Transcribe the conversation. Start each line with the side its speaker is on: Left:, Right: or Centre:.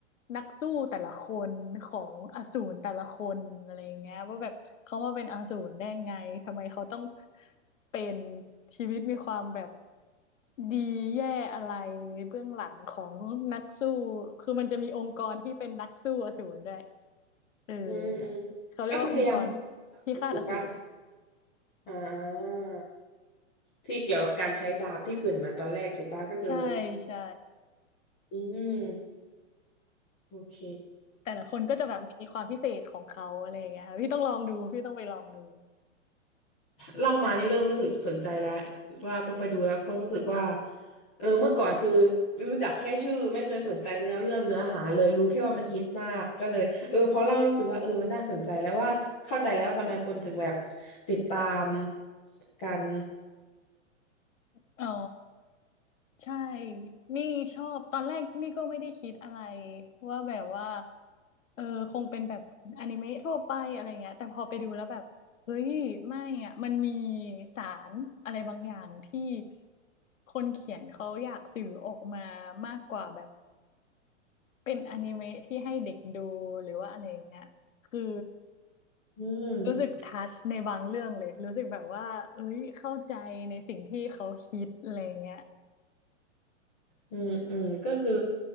Left: นักสู้แต่ละคนของอสูรแต่ละคนอะไรอย่างเงี้ยว่าแบบเขามาเป็นอสูรได้ไงทำไมเขาต้องเป็นชีวิตมีความแบบดีแย่อะไรเบื้องหลังของนักสู้คือมันจะมีองค์กรที่เป็นนักสู้อสูรด้วยเออ
Centre: อืมอืม
Left: เขาเรียกว่าองค์กร
Centre: ก็คือพยายาม
Left: พิฆาตอสูร
Centre: ถูกปะอ่าที่เกี่ยวกับการใช้ดาบที่เกริดมาตอนแรกถูกปะก็คือ
Left: ใช่ใช่
Centre: อืมโอเค
Left: แต่ละคนก็จะแบบมีความพิเศษของเขาอะไรอย่างเงี้ยค่ะพี่ต้องลองดูพี่ต้องไปลองดู
Centre: เล่ามานี่เริ่มรู้สึกสนใจแล้วว่าต้องไปดูแล้วเพราะรู้สึกว่าเออเมื่อก่อนคือรู้จักแค่ชื่อไม่เคยสนใจเนื้อเรื่องเนื้อหาเลยรู้แค่ว่ามันฮิตมากก็เลยเออพอเล่ารู้สึกว่าเออน่าสนใจแล้วว่าเข้าใจแล้วว่าทำไมคนถึงแบบติดตามกัน
Left: เออใช่นี่ชอบตอนแรกนี่ก็ไม่ได้คิดอะไรว่าแบบว่าเออคงเป็นแบบอนิเมะทั่วไปอะไรเงี้ยแต่พอไปดูแล้วแบบเฮ้ยไม่อ่ะมันมีสารอะไรบางอย่างที่คนเขียนเขาอยากสื่อออกมามากกว่าแบบเป็นอนิเมะที่ให้เด็กดูหรือว่าอะไรอย่างเงี้ยคือ
Centre: อืม
Left: รู้สึกทัชในบางเรื่องเลย รู้สึกแบบว่าเอ้ยเข้าใจในสิ่งที่เขาคิดอะไรเงี้ย
Centre: อืมอืมก็คือ